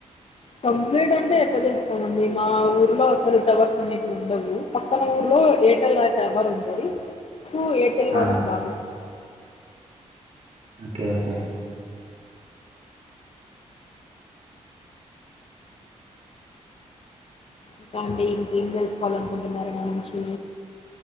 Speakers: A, on the left; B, on the right.
A: కంప్లైంట్ అంటే ఎలా చేస్తామండి మా ఊర్లో అసలు టవర్స్ అనేవి ఉండవు పక్కన ఊర్లో ఎయిర్టెల్ ఆ టవర్ ఉంటది సో ఎయిర్టెల్
B: ఆ
A: వాళ కి బాగా వస్తుంది
B: ఓకే ఓకే
A: ఇంకా అండి ఇంకేం తెలుసుకోవాలనుకుంటున్నారు నా నుంచి